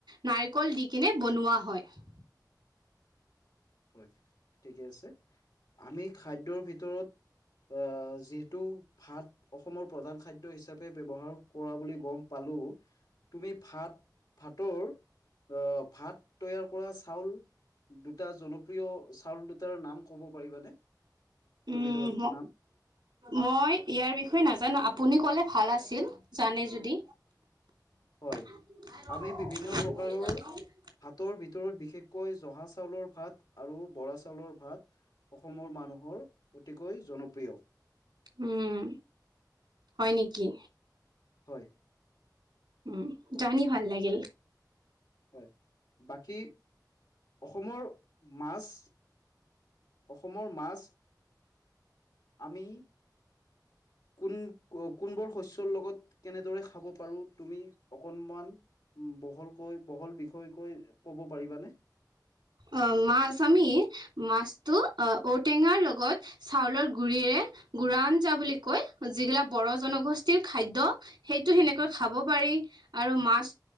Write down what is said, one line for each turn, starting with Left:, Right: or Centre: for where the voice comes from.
Right: নাৰিকল দি কিনে বনোৱা হয়
Left: হয় ঠিকে আছে আমি খাদ্যৰ ভিতৰত আ যিহেতু ভাত অসমৰ প্ৰধান খাদ্য হিচাপে ব্যৱহাৰ কৰা বুলি গম পালো তুমি ভাত ভাতৰ অ ভাত তৈয়াৰ কৰা চাউল দুটা জনপ্ৰিয় চাউল দুটাৰ নাম ক'ব পাৰিবানে দুবিধৰ
Right: উম হ
Left: নাম
Right: মই ইয়াৰ বিষয়ে নাজানো আপুনি ক'লে ভাল আছিল জানে যদি <unintelligible>
Left: হয় আমি বিভিন্ন প্ৰকাৰৰ ভাতৰ ভিতৰত বিশেষকৈ জহা চাউলৰ ভাত আৰু বৰা চাউলৰ ভাত অসমৰ মানুহৰ অতিকৈ জনপ্ৰিয়।
Right: উম, হয় নেকি?
Left: হয়।
Right: উম, জানি ভাল লাগিল।
Left: হয়, বাকী অসমৰ মাছ অসমৰ মাছ আমি কোন কোনবোৰ শস্যৰ লগত কেনেদৰে খাব পাৰো তুমি অকনমান বহলকৈ বহল বিষয়কৈ ক'ব পাৰিবানে?
Right: অ', মাছ আমি মাছটো অ', ঔটেঙাৰ লগত চাউলৰ গুৰিৰে গুৰা আঞ্জা বুলি কৈ যিগিলা বড়ো জনগোষ্ঠীৰ খাদ্য। সেইটো সেনেকৈ খাব পাৰি আৰু মাছ